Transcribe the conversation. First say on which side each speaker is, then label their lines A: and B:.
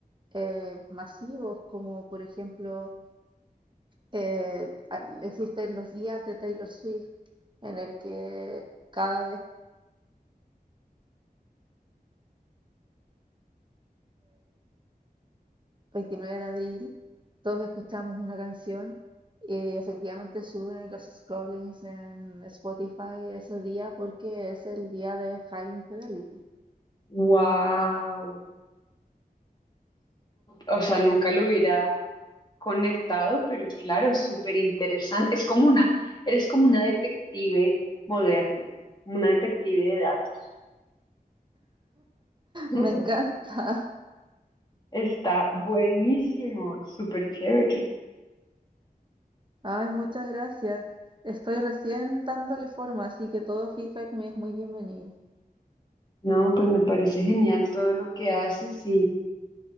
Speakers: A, on the right; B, on the left.
A: eh, masivos, como por ejemplo eh, a- existen los días de Taylor Swift, en el que cada vez 29 de abril, todos escuchamos una canción y efectivamente suben los scrollings en Spotify ese día porque es el día de High Infidelity.
B: Wow. o sea, nunca lo hubiera conectado, pero claro, súper interesante. Es como una, eres como una detective moderna, una detective de datos. <laughs>
A: Me encanta.
B: Está buenísimo, súper chévere.
A: Ay, muchas gracias. Estoy recién dándole forma, así que todo feedback me es muy bienvenido.
B: No, pues me parece genial todo lo que haces